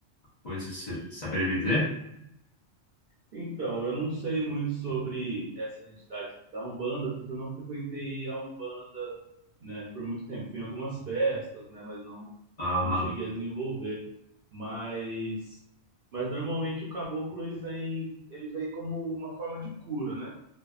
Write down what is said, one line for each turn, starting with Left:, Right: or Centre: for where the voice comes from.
Left: Coisa que você saberia me dizer?
Right: Então, eu não sei muito sobre essas entidades da Umbanda, porque eu não frequentei a Umbanda, né, por muito tempo. Fui em algumas festas, né, mas não
Left: Aham,
Right: não cheguei a desenvolver. Mas mas normalmente o caboclo ele vem ele vem como uma forma de cura, né?